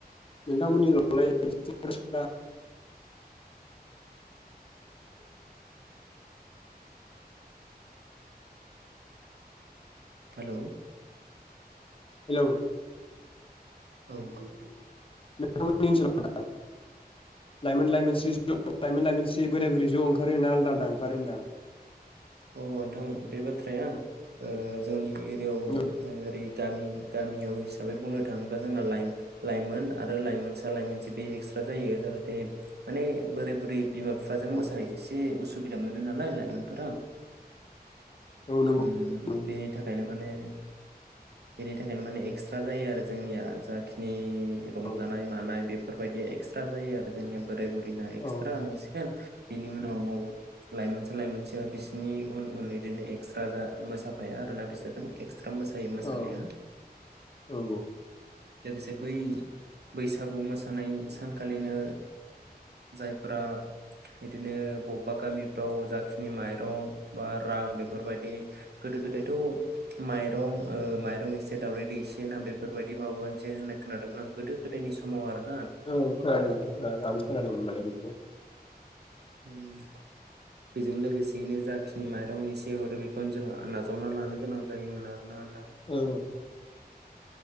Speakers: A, on the left; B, on the right.
A: नोंथांमोननि <unintelligible>
B: हेलौ
A: हेलौ
B: औ <unintelligible>
A: नोंथांमोननि <unintelligible> लाइमोन लाइमोन सि लाइमोन लाइमोन सि बोराय बुरै ज' ओंखारो ना आलदा आलदा ओंखारो होनदों आं
B: औ नोंथां बे बाथ्राया ओ जोंनि एरियाव
A: होनदां
B: ओं ओरै गामि गामियाव हिसाबै बुंनो थाङोब्ला जोंना लाइ लाइमोन आरो लाइमोनसा लाइमोनस्रि बे एक्सट्रा जायो जाहाथे माने बोराइ बुरै बिमा बिफाजों
A: औ
B: मोसानो एसे उसु बिदा मोनो नालाय लाइमोनफोरा
A: औ नंगौ
B: उम
A: नंगौ
B: बेनि थाखायनो माने बेनि थाखायनो माने एक्सट्रा जायो आरो जोंनिया जाखिनि उम रंजानाय
A: औ
B: मानाय बे फोरबायदि एक्सट्रा जायो आरो जोंनिया बोराय बुरै ना एक्सट्रा
A: औ
B: मोसिगोन बेनि उनाव लाइमोनसा लाइमोनसेया बिसोरनि उन उन बिदिनो एरैनो ए स्रा जा मोसाफाया आरोना बिसोरजों एक्स स्रा मोसायो मोसानाया
A: औ औ
B: लोगोसे बै बैसागु मोसानाय सानखालिनो जायफोरा बिदिनो बबेबा गामिफ्राव जाखिनि माइरं बा रां बे फोरबायदि गोदो गोदायथ' माइरं माइरं एसे दाउदै दैसे ना बेफोरबायदि माबा मोनसे होननाय खोनादोंमोन आं गोदो गोदायनि समाव आरो
A: औ खोनादों खोनादों आंबो खोनादों माने बिखौ
B: उम बेजों लोगोसेयैनो जाखिनि माइरं एसे जि हरो बेखौनो जोङो नाजावना लानो गोनां जायोमोन आरो। ना नोंथां।
A: औ